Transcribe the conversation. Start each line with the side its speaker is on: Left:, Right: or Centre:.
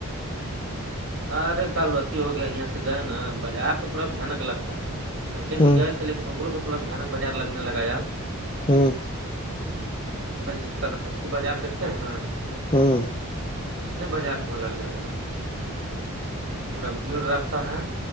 Right: ارے کل اتی ہو گیا یہاں سے گئے نا بازار تو پورا بھیانک لگتا ہے پہلے بھی
Left: ہ
Right: گئے تھے لیکن اکوں سے پورا بھیانک بازار لگنے لگا آب
Left: ہاں
Right: پورا جیسے ترنسی بازار دیکھتے ہیں نا
Left: ہاں
Right: ویسنے بازار ہواں لگنے لگا پوڑا بھیڑ رہتا ہے